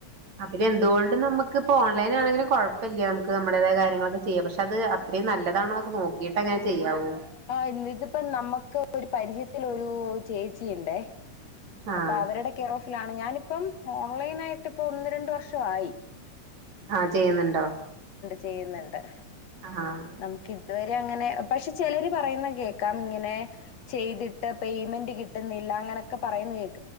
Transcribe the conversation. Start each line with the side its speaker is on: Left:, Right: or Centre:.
Right: അ പിന്നെ എന്തുകൊണ്ട് നമുക്കിപ്പ ഓൺലൈൻ ആണെങ്കിലും കുഴപ്പമില്ല നമുക്ക് നമ്മുടേതായ കാര്യങ്ങളൊക്കെ ചെയ്യാം പക്ഷെ അത് അത്രയും നല്ലതാണോക്കെ നോക്കിയിട്ട്ങ്ങനെ ചെയ്യാവൂ
Left: ആഹ് ഇതിപ്പ നമ്മുക്ക് ഒരു പരിചയത്തില ഒരു ചേച്ചി ഇണ്ടേ
Right: ആഹ്
Left: അപ്പൊ അവരുടെ കെയറോഫിലാണ് ഞാനിപ്പം എ ഓൺലൈൻ ആയിട്ട് ഇപ്പ ഒന്ന് രണ്ട് വർഷമായി
Right: ആ ചെയ്യുന്നുണ്ടോ?
Left: ചെയ്യുന്നുണ്ട്
Right: ആഹ്
Left: നമുക്ക് ഇതുവരെ അങ്ങനെ പക്ഷെ ചിലര് പറയുന്ന കേൾക്കാം ഇങ്ങനെ ചെയ്തിട്ട് പേയ്മെന്റ് കിട്ടുന്നില്ല അങ്ങനെക്കെ പറയുന്നത് കേൾക്കാം